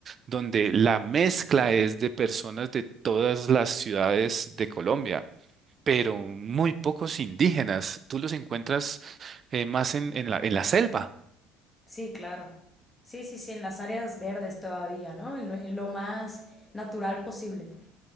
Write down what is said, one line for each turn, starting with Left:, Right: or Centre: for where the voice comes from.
Right: donde la mezcla es de personas de todas las ciudades de Colombia pero muy pocos indígenas. Tú los encuentras eh, más en, en la, en la selva.
Left: Sí, claro. Sí, sí, sí, en las áreas verdes todavía, ¿no? En lo, en lo más natural posible.